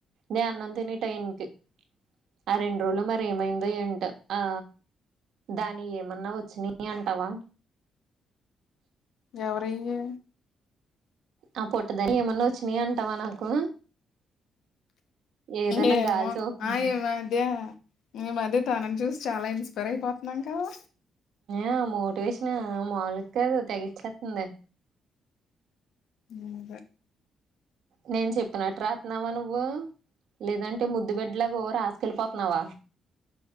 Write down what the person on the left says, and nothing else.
ఎవరివి
ఏమో
ఆ ఈ మధ్య మేము అదే తననీ చూసి చాలా ఇన్స్పైర్ అయిపోతున్నాం కదా
ఇంగ